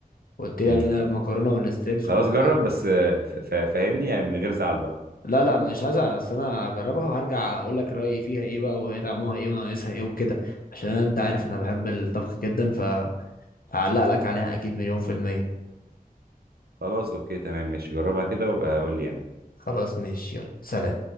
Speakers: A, on the left; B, on the right.
A: قلت لي
B: امم
A: اعملها بمكرونه والستريبس
B: خلاص
A: وكده
B: جرب بس آه، ف- ف- فاهمني يعني من غير زعل بقى
A: لا لا مش هزعل بس انا هجربها وهرجع اقول لك رايي فيها ايه بقى وهي طعمها ايه وناقصها ايه وكده عشان انت عارف انا بحب الطبخ جدا فهعلق لك عليها اكيد مليون في الميه
B: خلاص اوكي تمام ماشي جربها كده وابقى قول لي يعني
A: خلاص ماشي يلا سلام